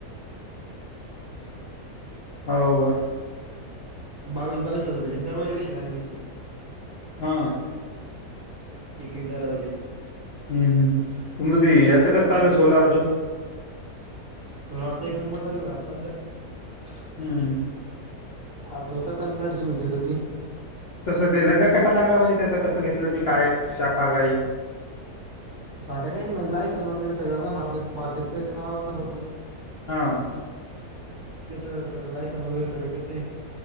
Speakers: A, on the left; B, on the right.
A: हो का
B: बावीस बावीस हजार दरवाजे बशेल आम्ही निसते
A: हा
B: एक एक दरवाजे
A: हम्म हम् तुमचं ते याच कस चालू आहे सोलारचं
B: सोलारच एक नंबर चालू आहे भाऊ सध्या
A: हम्म
B: आज होत कन्नड ची विजिट होती
A: तसं ते लग्गा कसा लागला म्हणजे त्याच कसं घेतलं ते काय शाखा काही
B: शाखा काही नाही म्हणजे लायसन वगैरे सगळं माझा भाचा त्याच्या नावावर चालतो
A: हा
B: त्याच सगळं लायसन वगैरे सगळं त्याचही